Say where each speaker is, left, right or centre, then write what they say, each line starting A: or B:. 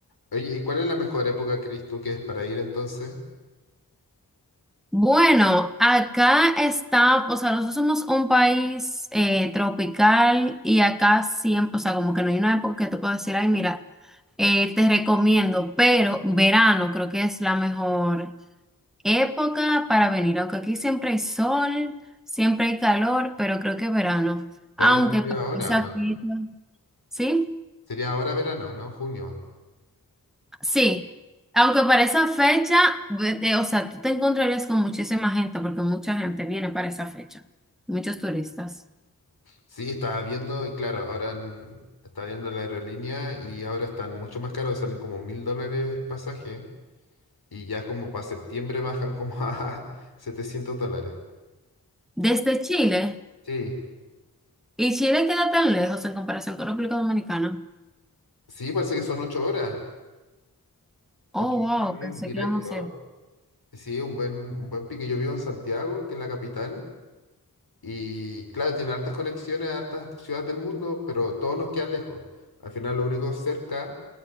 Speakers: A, on the left (about 85°); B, in the centre.
A: Oye, ¿y cuál es la mejor época, crees tú, que es para ir entonces?
B: Bueno, acá está, o sea, nosotros somos un país eh, tropical y acá siempre, o sea, como que no hay una época que te puedo decir, ay, mira. Eh, te recomiendo, pero verano creo que es la mejor época para venir, aunque aquí siempre hay sol, siempre hay calor, pero creo que verano,
A: Verano
B: aunque
A: sería
B: para
A: ahora,
B: esa
A: ¿o ¿no?
B: fecha, ¿sí?
A: Sería ahora verano, ¿no? Junio.
B: Sí, aunque para esa fecha, ve- de- o sea, tú te encontrarías con muchísima gente, porque mucha gente viene para esa fecha, muchos turistas.
A: Sí, estaba viendo, y claro, ahora en- estaba viendo la aerolínea y ahora están mucho más caros, salen como mil dólares el pasaje y ya como para septiembre bajan como <laughs> a 700 dólares.
B: Desde Chile,
A: Sí,
B: y Chile queda tan lejos en comparación con República Dominicana.
A: sí, parece que son ocho horas.
B: Oh,
A: Ocho horas
B: wow,
A: en avión
B: pensé
A: directo.
B: que íbamos a
A: Sí, un buen, un buen pique. Yo vivo en Santiago, que es la capital, y claro, tiene hartas conexiones a hartas ciudades del mundo, pero todos nos quedan lejos. Al final, lo único cerca